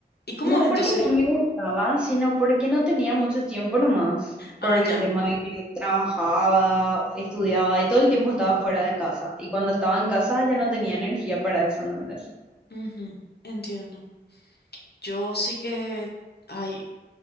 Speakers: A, on the left; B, in the centre.
A: ¿Y cómo
B: No
A: es entonces?
B: porque no me gustaba, sino porque no tenía mucho tiempo nomás,
A: Ah,
B: por el
A: ya.
B: tema de que trabajaba, estudiaba y todo el tiempo estaba fuera de casa. Y cuando estaba en casa ya no tenía energía para eso, ¿entendés?
A: Ujú, Entiendo. Yo sí que... Ay,